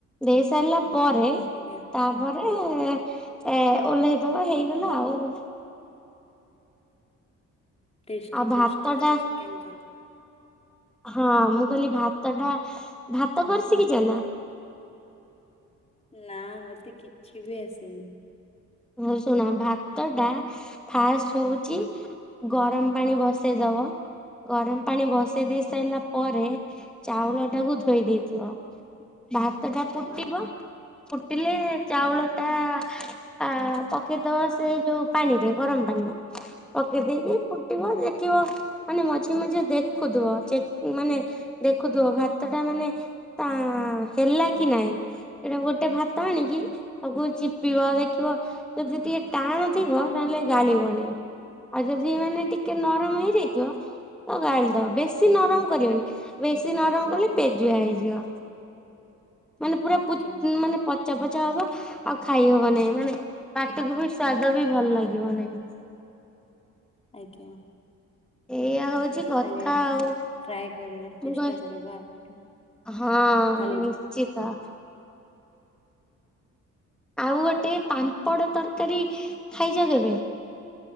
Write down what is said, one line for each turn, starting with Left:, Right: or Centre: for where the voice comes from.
Centre: ଦେଇ ସାରିଲା ପରେ
Left: ଆଜ୍ଞା।
Centre: ତାପରେ ଏଁ ଓଲ୍ହେଇଦବା ହେଇଗଲା ଆଉ।
Left: ଟେଷ୍ଟି-ଟେଷ୍ଟି
Centre: ଆଉ ଭାତ ଟା
Left: ଚିକେନ୍ ତର
Centre: ହଁ ମୁଁ କହିଲି ଭାତ ଟା ଭାତ କରି ସିକିଚ ନା?
Left: ନା ମତେ କିଛି ବି ଆସେନି।
Centre: ହଉ ଶୁଣ ଭାତ ଟା ଫାଷ୍ଟ ହଉଚି ଗରମ ପାଣି ବସେଇ ଦବ, ଗରମ ପାଣି ବ <unintelligible> ଦେଇ ସାଇଲା
Left: ଆଜ୍ଞା
Centre: ପରେ ଚାଉଳ ଟାକୁ ଧୋଇ ଦେଇଥିବ। ଭାତ ଟା ଫୁଟିବ,
Left: ଆଜ୍ଞା
Centre: ଫୁଟିଲେ ଚାଉଳ
Left: ଆଜ୍ଞା
Centre: ଟା ଆ ପକେଇ ଦବ ସେ ଯୋଉ ପାଣିରେ ଗରମ ପାଣିରେ। ପକେଇ ଦେଇକି ଫୁଟିବ ଦେଖିବ ମାନେ ମଝି ମଝିରେ ଦେଖୁଥିବ ମାନେ ଦେଖୁଥିବ ଭାତ ଟା ମାନେ ତା ହେଲା କି ନାହିଁ। <unintelligible> ଗୋଟେ ଭାତ ଆଣିକି ତାକୁ ଚିପିବ ଦେ ଖିବ ଯଦି ଟିକେ ଟାଣଥିବ ତାହେଲେ ଗାଳିବନି। ଆଉ ଯଦି ମାନେ ଟିକେ ନରମ ହେଇଯାଇଥିବ ତ ଗାଳିଦବ, ବେଶୀ ନରମ କରିବନି। ବେଶୀ ନରମ କଲେ ପେଜୁଆ ହେଇଯିବ, ମାନେ ପୁରା ପୁତ୍
Left: ଆଜ୍ଞା
Centre: ମାନେ ପଚା-ପଚା ହବ, ଆଉ ଖାଇ ହବ ନାଇଁ ମାନେ ପାଟିକୁ ବି ସ୍ଵାଦ ବି ଭଲ ଲାଗିବ ନାହିଁ।
Left: ଆଜ୍ଞା।
Centre: ଏଇଆ ହଉଛି। କଥା
Left: ତାହେଲେ
Centre: ଆଉ।
Left: ଟ୍ରାଏ କରିବା
Centre: ମୁଁ
Left: ଚେଷ୍ଟା
Centre: କହି
Left: କରିବା ଆଜିଠୁ।
Centre: ହଁ
Left: କାଲିଠୁ
Centre: ନିଶ୍ଚିତ। ଆଉ ଗୋଟେ ପାମ୍ପଡ ତରକାରୀ ଖାଇଛ କେବେ?